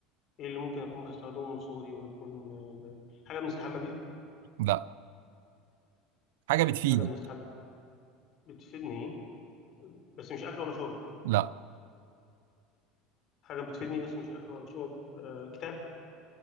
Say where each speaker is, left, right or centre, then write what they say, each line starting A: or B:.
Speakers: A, on the left (about 40°); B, on the right (about 85°).
A: إيه اللي ممكن أكون بستخدمه من صغري ويكون آه، ب- حاجة بنستحمى بيها
B: لا حاجة بتفيدك
A: مش حاجة بنستحمى بيها. بتفيدني إيه؟ بس مش أكل ولا شرب
B: لا
A: حاجة بتفيدني بس مش أكل ولا شرب آه كتاب